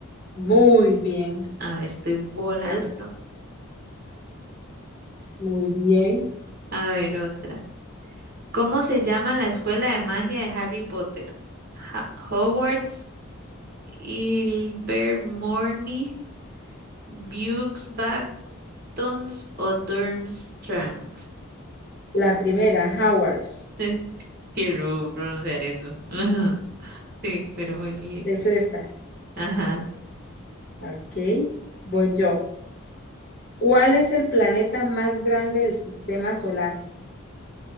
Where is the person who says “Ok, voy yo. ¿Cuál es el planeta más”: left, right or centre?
Left